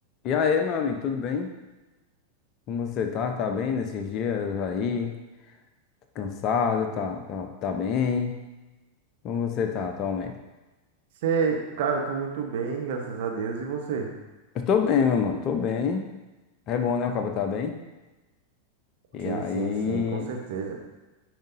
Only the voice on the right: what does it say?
Você, cara, eu tô muito bem, graças a Deus. E você?
Sim,
sim, sim, com certeza.